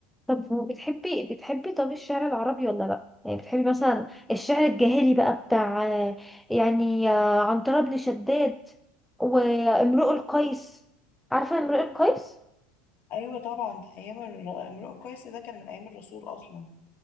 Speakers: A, in the centre; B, on the left (about 50°).
A: طب بتحبي بتحبي طب الشعر العربي ولا لا يعني بتحبي مثلا الشعر الجاهلي بقى بتاع آه، يعني آه، عنترة بن شداد وامرؤ القيس عارفة امرؤ القيس
B: أيوة طبعا ده أيام الر- امرؤ القيس ده كان من أيام الرسول أصلا